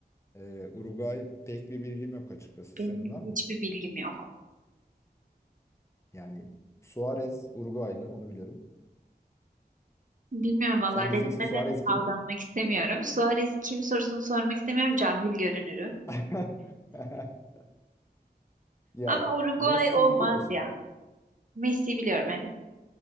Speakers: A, on the left; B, on the right.
A: E, Uruguay pek bir bilgim yok açıkçası. Senin
B: Benim de
A: var mı?
B: hiçbir bilgim yok.
A: Yani Suarez Uruguaylı onu biliyorum.
B: Bilmiyorum valla
A: Sen
B: resme
A: diyeceksin Suarez
B: de
A: kim?
B: aldanmak istemiyorum. Suarez kim sorusunu sormak istemiyorum. Cahil görünürüm.
A: <laughs> Ya
B: Ama Uruguay
A: Messi'yi
B: olmaz
A: biliyor musun?
B: ya. Messi biliyorum evet.